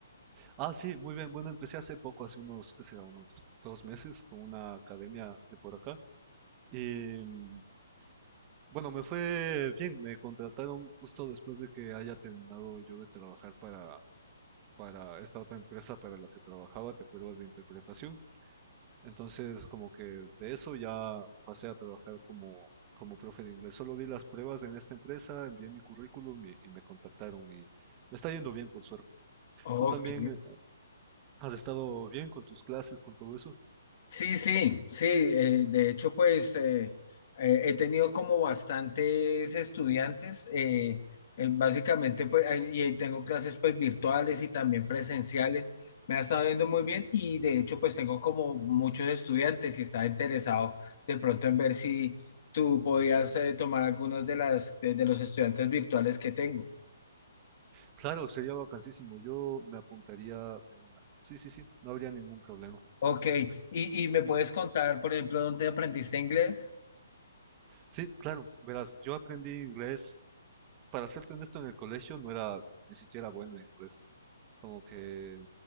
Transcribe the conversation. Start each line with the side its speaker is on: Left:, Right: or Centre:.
Right: Ah, sí, muy bien. Bueno, empecé hace poco, hace unos, qué será, unos dos meses con una academia de por acá. Y mm, bueno, me fue bien. Me contrataron justo después de que haya terminado yo de trabajar para, para esta otra empresa para la que trabajaba, ¿te acuerdas de interpretación? Entonces, como que de eso ya pasé a trabajar como, como profe de inglés. Solo di las pruebas en esta empresa, envié mi currículum y, y me contactaron y me está yendo bien, por suerte.
Left: Ok,
Right: ¿Tú también eh, has estado bien con tus clases, con todo eso?
Left: Sí, sí, sí. eh, de hecho, pues eh, eh, he tenido como bastantes estudiantes, eh, eh, básicamente, pues, ahí- y ahí tengo clases pues virtuales y también presenciales. Me ha estado yendo muy
Right: Ujú.
Left: bien y de hecho, pues tengo como muchos estudiantes y estaba interesado de pronto en ver si tú podías eh, tomar algunos de las de, de los estudiantes virtuales que tengo.
Right: Claro, sería vacancísimo. Yo me apuntaría de una. Sí, sí, sí, no habría ningún problema.
Left: Ok, y, y me puedes contar, por ejemplo, dónde aprendiste inglés?
Right: Sí, claro, verás, yo aprendí inglés para serte honesto, en el colegio no era ni siquiera bueno en inglés. Como que